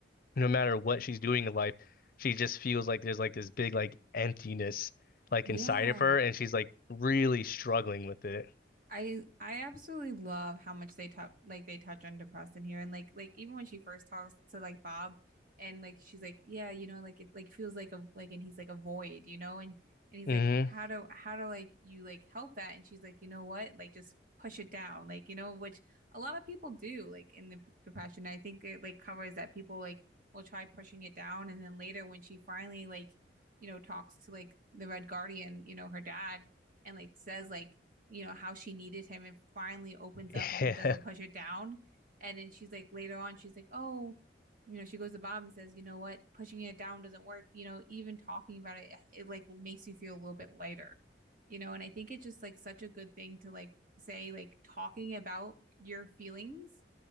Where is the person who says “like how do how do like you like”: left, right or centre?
Right